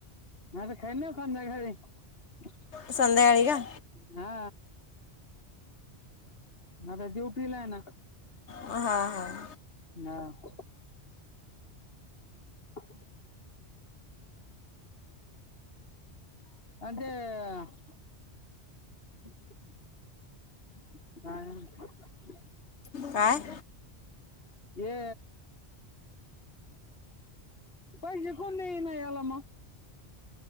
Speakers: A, on the left; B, on the left.
A: नाही ते <inaudible>
B: संध्याकाळी का.
A: हा, आता ड्युटीला आहे ना.
B: हां हां
A: <unintelligible> <inaudible> <inaudible> <unintelligible>
B: काय
A: ये <inaudible> कोणन येलम